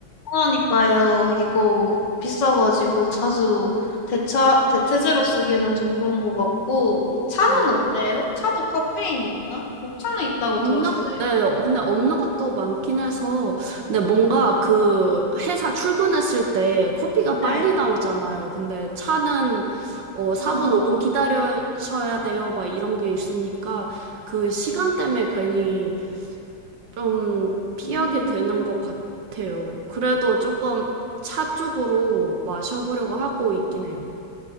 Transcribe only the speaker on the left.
그러니까요. 이거 비싸가지고 자주 대차, 대체제로 쓰기에는 좀 그런 것 같고. 차는
어때요? 차도 카페인이 있나? 녹차는 있다고
들었어요.
네.
아,
음,